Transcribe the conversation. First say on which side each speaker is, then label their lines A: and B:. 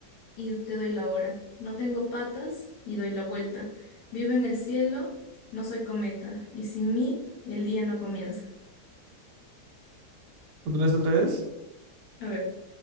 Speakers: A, on the left; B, on the right.
A: y te doy la hora. No tengo patas y doy la vuelta. Vivo en el cielo, no soy cometa, y sin mí el día no comienza.
B: ¿Otra vez, otra vez?
A: A ver,